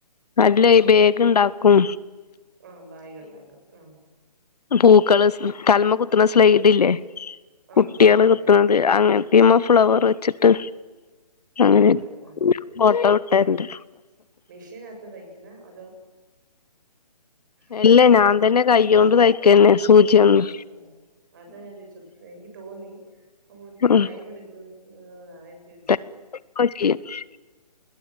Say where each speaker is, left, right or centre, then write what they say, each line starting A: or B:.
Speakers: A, on the left; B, on the right.
A: അല്ലയ് ഈ ബേഗ് ഇണ്ടാക്കും
B: ആഹ് ബാഗ് ഉണ്ടാക്കും ആഹ്
A: പൂക്കള് തലമേ കുത്തുന്ന സ്ലൈഡ് ഇല്ലേ
B: ആ
A: കുട്ടി
B: ആ
A: ആള്
B: ആ
A: കുത്തുന്നത്
B: ആ
A: അങ്ങനെ ഇമ ഫ്ലവർ വെച്ചിട്ട് അങ്ങനെ
B: ഉണ്ടാക്കും ആ
A: ഫോട്ടോ വിട്ട് തരണ്ട്
B: മെഷീനകത്ത് തയ്ക്കുന്ന അതോ കൈ
A: അല്ല
B: വെച്ചിട്ടാ
A: ഞാൻ തന്നെ കൈകൊണ്ട് തയ്ക്കന്നെ
B: കൈ
A: സൂചികൊണ്ട്
B: കൊണ്ട് തയ്ക്ക ആ അതാ ഞാൻ ചേദിച്ചു എനിക്ക് തോന്നി അപ്പൊ ഒത്തിരി
A: ഉം
B: ടൈം എടുക്കും ഉം അതാ ഞാൻ ചോദിച്ചത്
A: <unintelligible>